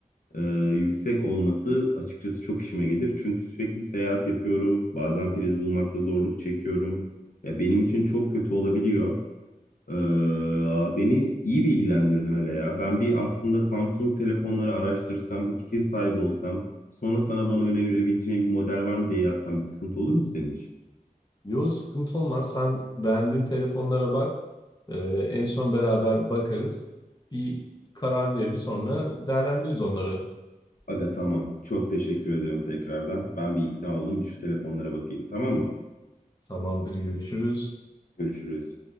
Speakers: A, on the left; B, on the left.
A: e, yüksek olması açıkçası çok işime gelir. Çünkü sürekli seyahat yapıyorum. Bazen priz bulmakta zorluk çekiyorum. Ya benim için çok kötü olabiliyor. Ee, beni iyi bilgilendirdin aga ya. Ben bir aslında Samsung telefonları araştırsam, bir fikir sahibi olsam, sonra sana bana önerebileceğin bir model var mı diye yazsam bir sıkıntı olur mu senin için?
B: Yo sıkıntı olmaz. Sen beğendiğin telefonlara bak. E, en son beraber bakarız. Bir karar verir sonra değerlendiririz onları.
A: Aga tamam. Çok teşekkür ederim tekrardan. Ben bir ikna oldum. Bir şu telefonlara bakayım tamam mı?
B: Tamamdır görüşürüz.
A: Görüşürüz.